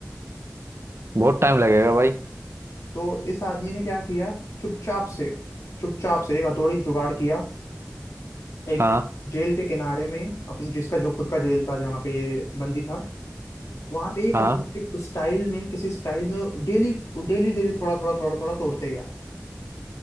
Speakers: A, on the right; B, on the left.
A: बहुत टाइम लगेगा भाई
B: तो इस आदमी ने क्या किया चुपचाप से चुपचाप से एक हथौड़ी जुगाड़ किया एक
A: हाँ
B: जेल के किनारे में अपने जिसका जो खुद का जेल था जहाँ पे ये बंदी था वहां पे एक
A: हाँ
B: हथौड़ी से उस स्टाइल में किसी स्टाइल में डेली डेली डेली थोड़ा थोड़ा थोड़ा थोड़ा तोड़ते गया